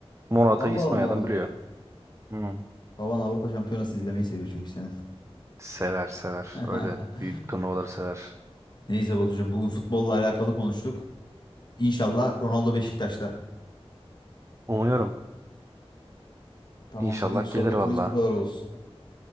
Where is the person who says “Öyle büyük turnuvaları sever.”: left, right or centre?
Right